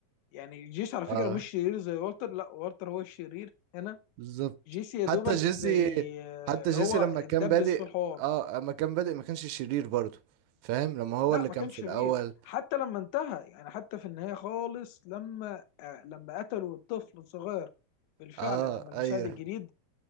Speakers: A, on the left; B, on the right.
A: يعني جيسي على فكره
B: اه
A: مش شرير زي والتر لا والتر هو الشرير هنا
B: بالظبط
A: جيسي يا دوبك
B: حتى جيسي
A: زي آه،
B: حتى جيسي
A: هو
B: لما
A: اتدبس
B: كان بادئ
A: في الحوار
B: اه لما كان بادئ ما كانش شرير برضه فاهم لما هو
A: لا
B: اللي
A: ما
B: كان
A: كانش
B: في الاول
A: شرير حتى لما انتهى يعني حتى في النهاية خالص لما آه لما قتلوا الطفل الصغير بالفعل
B: اه
A: لما المساعد
B: ايوه
A: الجديد